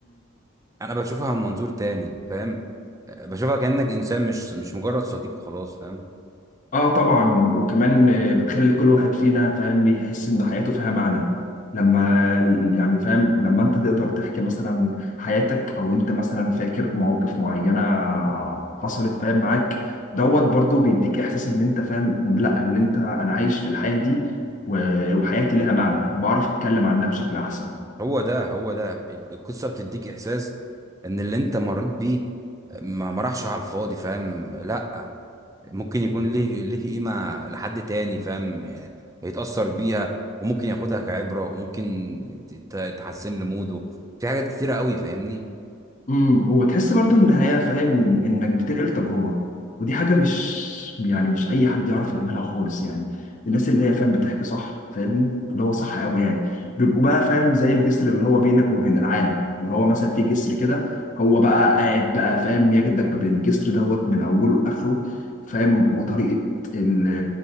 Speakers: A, on the right; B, on the left.
A: انا بشوفها من منظور تاني فاهم آه، بشوفها كأنك انسان مش مش مجرد صديق وخلاص فاهم
B: اه طبعا وكمان آه، بتخلي كل واحد فينا فاهم يحس ان حياته فيها معنى لما ال- يعني فاهم لما انت تقدر تحكي مثلا حياتك او انت مثلا فاكر مواقف معينة حصلت فاهم معاك دوت برضو بيديك احساس ان انت فاهم لا اللي انت انا عايش في الحياة دي و- وحياتي لها معنى بعرف اتكلم عنها بشكل احسن
A: هو ده هو ده القصة بتديك احساس ان اللي انت مريت بيه ما ما راحش على الفاضي فاهم لا ممكن يكون ليه ليه قيمة لحد تاني فاهم آه، يتأثر بيها وممكن ياخدها كعبرة وممكن ت- ت- تحسن له موده في حاجات كتيرة قوي فاهمني
B: امم وتحس برضو ان هي فاهم انك بتنقل تجربه ودي حاجه مش يعني مش اي حد يعرف يعملها خالص يعني الناس اللي هي فاهم بتحكي صح فاهمني اللي هو صح قوي يعني بيبقوا بقى فاهم زي الجسر اللي هو بينك وبين العالم اللي هو مثلا في جسر كده هو بقى قاعد بقى فاهم ياخدك ما بين الجسر دوت من اوله لاخره فاهم وطريقه ال